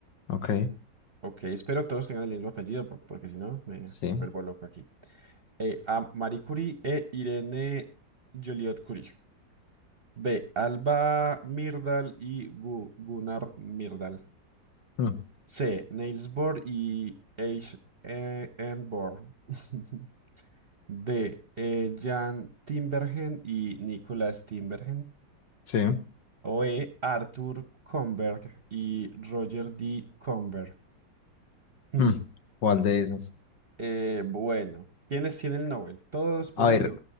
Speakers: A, on the left (about 70°); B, on the right (about 45°).
A: Ok,
B: Ok, espero todos tengan el mismo apellido, por- porque si no, me,
A: sí.
B: me vuelvo loco aquí. Eh, A. Marie Curie e Irene Joliot Curie. B. Alba Myrdal y Gu- Gunnar Myrdal.
A: mm,
B: C. Niels Bohr y H. E, N. Bohr. <laughs> D. eh, Jan Timbergen y Nicholas Timbergen.
A: sí.
B: O E. Arthur Comberg y Roger D. Comberg. <laughs>
A: mm, ¿Cuál de esos?
B: Eh, bueno, ¿quiénes tienen el Nobel? Todos poseen
A: A ver,